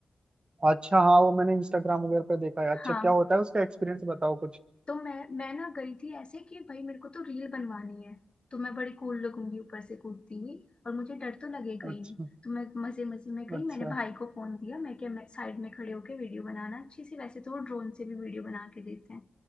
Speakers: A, on the right (about 35°); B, on the left (about 35°).
A: अच्छा हाँ वो मैंने इंस्टाग्राम वगैरह पर देखा है अच्छा
B: हाँ
A: क्या होता है उसका एक्सपीरियंस बताओ कुछ
B: तो मैं मैं ना गई थी ऐसे कि भाई मेरे को तो रील बनवानी है तो मैं बड़ी कूल लगूंगी ऊपर से कूदती हुई और मुझे डर तो लगेगा
A: अच्छा
B: ही नहीं तो मैं मजे मजे में गई
A: अच्छा
B: मैंने भाई को फोन दिया मैं क्या मैं साइड में खड़े होके वीडियो बनाना अच्छी सी वैसे तो वो ड्रोन से भी वीडियो बना के देते हैं